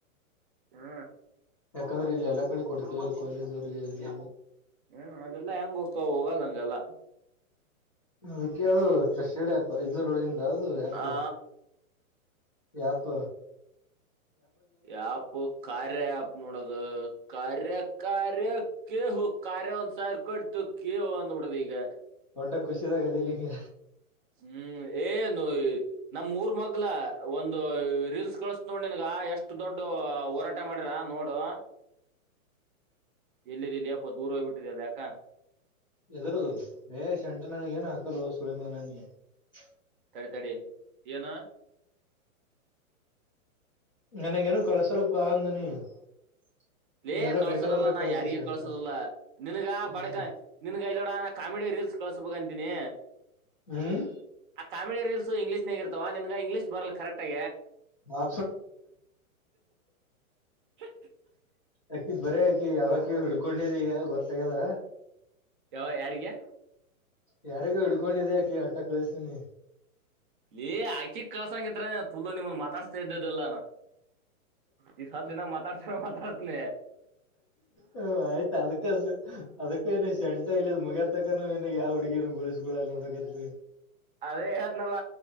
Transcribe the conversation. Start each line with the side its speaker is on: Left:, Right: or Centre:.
Right: ಹಾ
Left: ಯಾಕಂದ್ರೆ ಇಲ್ಲಿ ಎಲ್ಲಾ ಕಡೆ ಕೊಡ್ತೀವ ಕಾಲೇಜ್ ಅವ್ರರಿಗೆ ಅಲ್ಲಿ
Right: ಹ್ಮ ಅದೆಲ್ಲಾ ಹೆಂಗ್ ಹೋಗ್ತ ಹೋಗಲ್ಲಂಂಗಲ್ಲ
Left: ವಿಕಿ ಅದು ಟ್ರಸ್ಟೆಡ್ ಆ್ಯಪ್ ಇದದುೂರ ಒಳಗಿಂತ ಅದು ಆಪ್
Right: ಆ
Left: ಯಪ್ಪ
Right: ಯಪ್ ಕಾರ್ಯ ಯಪ್ ನೋಡೋದು ಕಾರ್ಯ ಕಾರ್ಯ ಕ ಹ ಕಾರ್ಯ ಒಂದ್ ಸಾವಿರ ಕೊ ಇತ್ತುು ಕ ಅಂದ್ಬ ಬಿಡ್ದ್ ಈಗ
Left: ಒಟ್ಟ ಖುಷಿದಾಗ ಅದಂಗೆ
Right: ಹ್ಮ್ ಏನು ನಮ್ ಊರ್ ಮಲ ಒಂದು ರೀಲ್ಸ್ ಕಳಸ ನೋೊಂಡ ನನ್ಗ ಎಷ್ಟು ದೊಡ್ ಹೋರಾಟ ಮಾಡಿರ ನೋಡುುವ
Left: <unintelligible>
Right: ಎಲ್ಲದಿ ಲೇ ಪಾ ದೂರ ಹೋಗ್ಬಿಟ್ಟಿದೆಲ್ಲ ಯಾಕ? <unintelligible>
Left: ಎದರದ ಅದ ಏ ಶಂಟಾ ನನಗ ಏನ್ ಹಾಕಲೋ ಸೂಳೇಮಗನ ನೀ <unintelligible>
Right: ಏ ತಡಿ ಏನ್? <unintelligible>
Left: ನನಗ ಏನು ಕಳಸಾಲಪ್ಪಾ ಅಂದನಿ. <unintelligible>
Right: ಏ
Left: ಎಲ್ಲ
Right: ಕಳ್ಸುದಲ್ಲ
Left: ಬೇಕಾದವ್ರಿಗೆ
Right: ನಾ
Left: ಕಳಿಸ್ತಿಸಿ
Right: ಯಾರಿಗ
Left: ಅಂತ
Right: ಕಳ್ಸುದಲ್ಲ ನಿನ್ಗ
Left: ಹ್ಮ್
Right: ಬಡಗ ನಿನ್ಗಲೋಡ ಕಾಮಿಡಿ ರೀಲ್ಸ್ ಕಿಸಬ ಅಂತೀನಿ
Left: ಹ್ಮ್
Right: ಆ ಕಾಮಿಡಿ ರೀಲ್ಸ್ ಇಂಗ್ಲೀಷ್ ನಗ ಇರ್ತವ ನಿನ್ಗ ಇಂಗ್ಲೀಷ ಬಲ್ಲ ಕರೆಕ್ಟ್ ಆೆ
Left: ಆ
Right: <inaudible>
Left: ಅಕ್ಕಿ ಬರ ಅಕಿ ಯಾವಕ್ಕಿ ಹುಡ್ಕೊಂಡಿದ ಈಗ ಗೊತ್ತಗಲ್ಲ
Right: ಯಾವ ಯಾರಿಗೆ
Left: ಯಾರಿಗು ಹಿಡ್ಕೊಂಡಿದಿ್ಯಾಾಕಿ ಆಟ ಕಳಿಸತೀನಿ
Right: ಇ ಆಕಿಕ್ ಕಳ್ಸಂಗಿದ್ರ ತುಲ ನಿಮ್ಮನ್ ಮಾತಾಡ್ಸ್ತಾ ಇದ್ದದೆಲ್ಲ ಈ ಸ ದಿನ ಮಾತಾತ ಮಾತಾಡ್ತನ
Left: ಹ ಆಯ್ತ ಅದಕ್ಕ ಅದಕ್ಕ ಏನು ಶೆಂಟ ಇಲ್ಲದ ಮುಗ ತಕ್ಕಾನ ನಿನ ಯಾವ ಹುಡುಗಿನ ಬಿಳಸ ಇಲ್ಲ ಅಲ್ಲೇ ಹೊರಗದ್ವಿ. <unintelligible>
Right: ಅದೇ ಹೇಳದ್ನಲ್ಲ